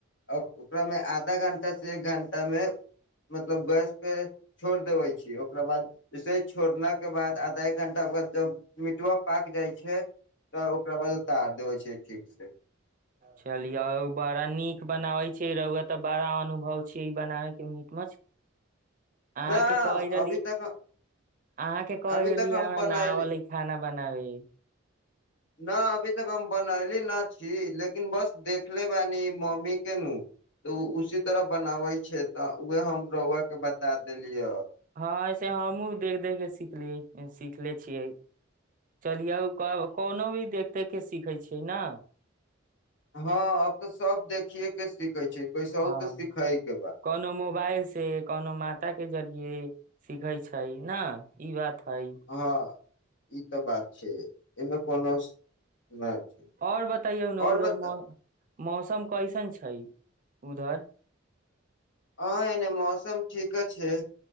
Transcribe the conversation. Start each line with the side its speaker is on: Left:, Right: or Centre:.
Left: आ ओकरामे आधा घण्टा से एक घण्टा मे मतलब गैस पे छोड़ देबे छी ओकरा बाद जैसे छोड़ना के बाद आधा एक घण्टा बाद जब मिटवा पाक जाइ छै तऽ ओकरा बाद उतार देवे छै ठीक से
Right: चलियौ बड़ा नीक बनाबै छी रौआ तऽ बड़ा अनुभव छी ई बनाबै के मीट मछली अहाँके
Left: न
Right: कहै रहली
Left: अभी तक
Right: अहाँके कहै
Left: अभी
Right: रहली
Left: तक हम
Right: हमरा
Left: बनैली
Right: ना आवेला खाना बनाबी
Left: न अभी तक हम बनली न छी लेकिन बस देखले बानी मम्मी के नू तऽ ओ उसी तरह बनाबै छै तऽ उहे हम रौआ के बता देलियै
Right: हँ ऐसे हमूँ देख देख के सिखलियै सिखले छियै चलियै कोनो भी देख देख के सीखै छियै ने
Left: हँ अब तऽ सब देखिए के सीखे छै कैसहु
Right: हँ
Left: तऽ सिखै के बा
Right: कोनो मोबाइल से कोनो माता के ज सिखै छै ने ई बात हइ
Left: हँ ई तऽ बात छै एमे कोनो नहि छै
Right: आओर बताइयौ ने
Left: आओर
Right: उधर
Left: बता
Right: म मौसम कैसन छै उधर
Left: हँ एने मौसम ठीक छै